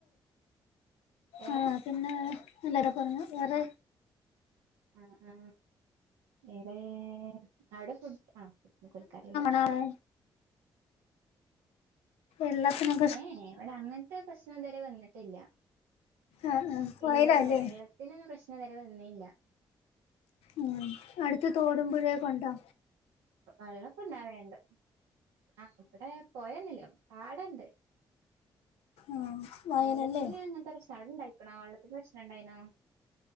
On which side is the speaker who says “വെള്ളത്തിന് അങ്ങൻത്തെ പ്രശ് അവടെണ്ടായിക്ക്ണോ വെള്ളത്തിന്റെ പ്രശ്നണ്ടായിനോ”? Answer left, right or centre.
Right